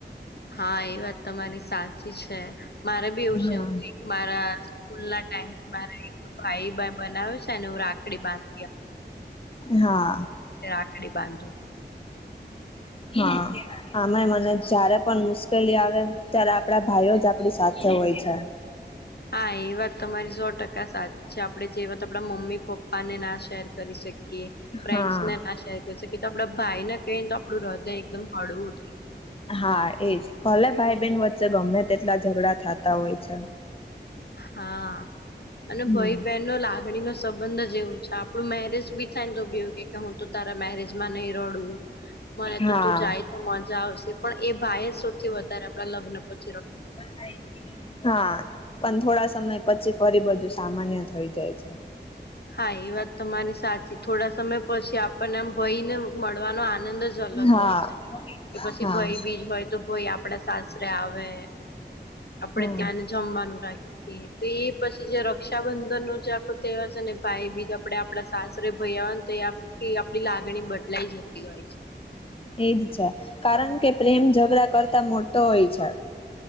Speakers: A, on the left; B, on the left.
A: હા એ વાત તમારી સાચી છે મારે બી એવું
B: હા.
A: છે હું મારા સ્કૂલ ના ટાઈમથી મારે ભાઈ <inaudible> બનાવ છે ને હું રાખડી બાંધ
B: હા
A: રાખડી બાંધુ છું.
B: હા આમે મને જયારે પણ મુશ્કેલી આવે ત્યારે આપડા ભાઈઓ જ આપડી સાથે હોય છે.
A: હા એ વાત તમારી સો ટકા સાચ આપડણે જે વાત આપડા મમ્મી પપ્પા ને ના શેર કરી શ કીએ ફ્રેન્ડસ
B: હા.
A: ને ના શેર કર છે કે આપડા ભાઈને કહી તો આપણું હૃદય એકદમ હળવું થાય
B: હા એજ ભલે ભાઈ બેેન વચ્ચે ગમે તેટલા ઝઘડા થતા હોય છે.
A: હા અને
B: હમ.
A: ભાઈ બહેન નો લાગણી નો સંબંધ જ એવું છે આપણું મેરેજ બી થાય ને તો બીવું કે હું તો તારા મેરેજ માં નઈ રડું મને
B: હા.
A: તો તું જાય તો મજા આવશે પણ એ ભાઈ સૌથી વધારે આપડા લગ્ન પ
B: <inaudible> હા પન થોડા સમય પછી ફરી બધું સામાન્ય થઈ જાય છે.
A: હા એ વાત તમારી સાચી થોડા સમય પછી આપણને આમ ભય ને મળવાનો આનંદ જ અલગ
B: હા
A: હોય છે કે પછી
B: હા
A: ભય બીજ હોય તો ભય આપડા સાસરે આવે આપડે
B: હા.
A: ત્યાંને જમવાનું રાખીએ તો એ પછી જે રક્ષાબંધન નો જે આખો તહેવાર છે ને ભાઈ બીજ આપડે આપડા સાસરે ભાઈ હોને તો આખી આપડી લાગણી બદલાઈ જતી હોય છે.
B: એજ છે કારણ કે પ્રેમ ઝઘડા કરતા મોટો હોય છે.